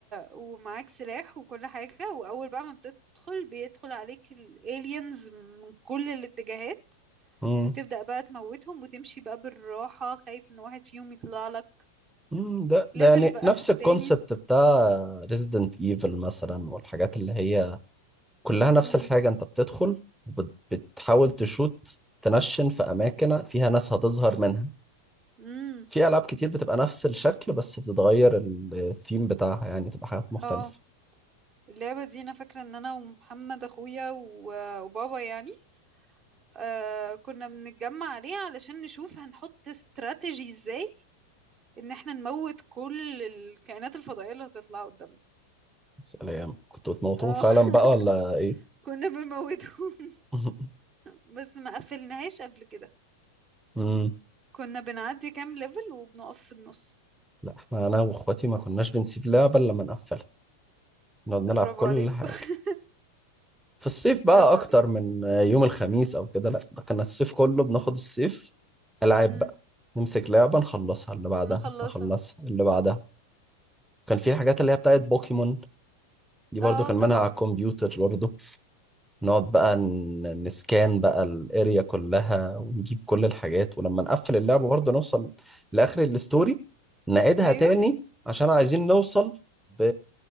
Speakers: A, on the right; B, in the centre.
A: ومعاك سلاح وكل حاجة وأول بقى ما بتدخل بيدخل عليك الالينز من كل الاتجاهات
B: مم.
A: وتبدأ بقى تموتهم وتمشي بقى بالراحة خايف إن واحد فيهم يطلع لك
B: مم. ده ده
A: ليفل
B: يعني
A: بقى
B: نفس
A: في التاني
B: الكونسبت بتاع ريزيدنت ايفل مثلا والحاجات اللي هي كلها نفس
A: امم
B: الحاجة انت بتدخل وبت- بتحاول تشوت تنشن في أماكن فيها ناس هتظهر منها
A: امم
B: في ألعاب كتير بتبقى نفس الشكل بس بتتغير الثيم بتاعها يعني تبقى حاجات مختلفة
A: اه اللعبة دي أنا فاكرة إن أنا ومحمد أخويا و... وبابا يعني آه كنا بنتجمع عليه علشان نشوف هنحط استراتيجي ازاي ان احنا نموت كل الكائنات الفضائية اللي هتطلع قدامنا
B: سلام كنتوا بتموتون
A: اه
B: فعلا
A: <laughs>
B: بقى ولا ايه؟
A: كنا بنموتهم <laughs>
B: <laughs>
A: بس ما قفلناهاش قبل كده
B: امم
A: كنا بنعدي كام ليفل وبنقف في النص
B: لا احنا انا واخواتي ما كناش بنسيب لعبة الا لما نقفلها نقعد نلعب
A: برافو
B: كل
A: عليكم
B: حاجة
A: <laughs>
B: في الصيف
A: برافو
B: بقى اكتر
A: عليك
B: من يوم الخميس او كده لا ده كان الصيف كله بناخد الصيف العاب
A: امم
B: بقى نمسك لعبة نخلصها اللي بعدها
A: نخلصها
B: نخلصها اللي بعدها كان في حاجات اللي هي بتاعت بوكيمون دي برضو
A: اه
B: كان
A: طبعا
B: منها على الكمبيوتر برضو نقعد بقى ن- نسكان بقى الاريا كلها ونجيب كل الحاجات ولما نقفل اللعبة
A: و-
B: برضه نوصل لآخر الستوري نعيدها
A: ايوه
B: تاني عشان عايزين نوصل ب...